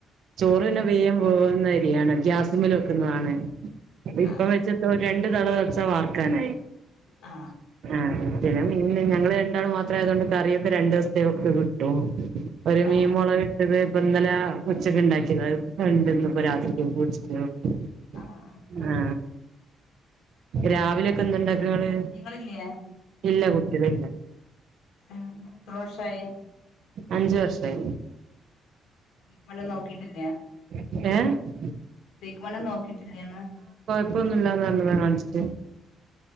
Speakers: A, on the right; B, on the left.
A: ചോറ്ന്നെ വേയൻ വേകുന്നയി <unintelligible> ണ് ഗ്യാസ്മൽ വെക്കുന്നതാണ് ഇപ്പം
B: ആഹ്
A: വെച്ചൊട്ത്താ ഒരു രണ്ടു തള തളച്ചാ വാർക്കാനായി
B: ആ
A: ആഹ് പിന്നെ മി പിന്നെ ഞങ്ങള് രണ്ടാൾ മാത്രം ആയതുകൊണ്ട് കറിയൊക്കെ രണ്ടു ദിവസത്തേക്കൊക്കെ കിട്ടും ഒരു മീൻ
B: ആഹ്
A: മുളക് ഇട്ടത് ഇന്നലെ ഉച്ചക്ക് ഇണ്ടാക്കിയതാ അളപ്പണ്ടി ന്ന് രാത്രിക്കക്കും ഉച്ചത്തേക്കും
B: ആഹ്
A: ആ രാവിലെ ക്കെന്തണ്ടാക്ക ഇങ്ങള്
B: അപ്പൊ കുഞ്ഞുങ്ങളില്ലേ
A: ഇല്ല കു ഇല്ല
B: ഉം ത്രവർഷായി
A: അഞ്ച് വർഷായി
B: <unintelligible> നോക്കീട്ടില്ലേ
A: ഏ
B: ട്രീറ്റ്മെൻ്റുംനോക്കിട്ടില്ലെന്ന്
A: ഇക്കൊന്നൂല്ലാന്ന് പറഞ്ഞ് ഞാൻ കാൺച്ചിട്ട്